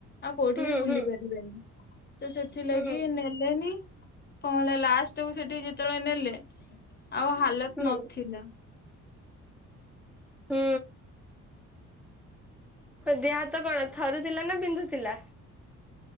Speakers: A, on the left; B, in the centre.
A: ଆଉ କୋଉଠି
B: ହୁଁ
A: ବି ବୁଲି
B: ହୁଁ
A: ପାରିବେନି ତ ସେଥିଲାଗି
B: ହୁଁ
A: ନେ ଲେନି କଣ ଲାଷ୍ଟ କୁ ସେଠି ଯେତେବେଳେ ନେଲେ ଆଉ ହାଲତ
B: ହୁଁ
A: ନଥିଲା।
B: ହୁଁ, ଦେହ ହାତ କଣ ଥରୁଥିଲା ନା ବିନ୍ଧୁଥିଲା?